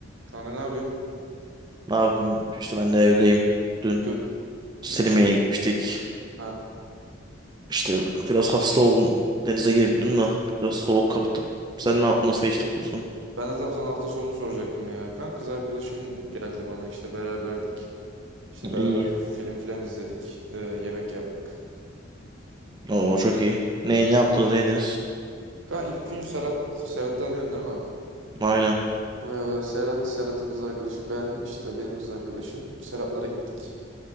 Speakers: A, on the right (about 75°); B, on the right (about 20°).
A: Kanka ne yapıyorsun?
B: Ne yapayım? İşte ben de evdeyim. Dün
A: Gör
B: Selimiye'ye
A: görüşü...
B: gitmiştik.
A: Ha,
B: İşte biraz hasta oldum. Denize girdim de biraz
A: ha.
B: soğuk kaptım. Sen ne yaptın? Nasıl geçti tutun?
A: Ben de tam sana hafta sonunu soracaktım ya. Kanka kız arkadaşım geldi bana işte beraberdik. İşte beraber
B: İyi.
A: film filan izledik. Ee, yemek yaptık.
B: Oo çok iyi. Ne
A: Ha, işte.
B: ne yaptınız? Ne yediniz?
A: Kanka ilk gün Serhat, Serhat tanıyorsun değil mi?
B: Aynen.
A: Ee, Serhat, Serhat'ın kız arkadaşı. Ben işte benim kız arkadaşım. Serhat'lara gittik.